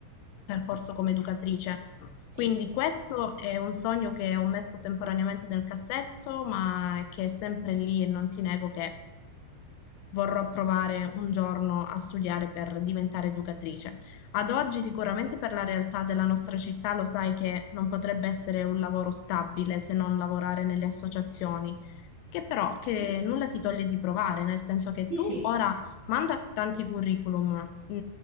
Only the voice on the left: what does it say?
percorso come educatrice.
Quindi questo è un sogno che ho messo temporaneamente nel cassetto, ma che è sempre lì e non ti nego che vorrò provare un giorno a studiare per diventare educatrice. Ad oggi sicuramente
per la realtà della nostra città lo sai che non potrebbe essere un lavoro stabile se non lavorare nelle associazioni, che però che
nulla ti toglie di provare, nel senso che
tu
ora manda tanti curriculum, mh,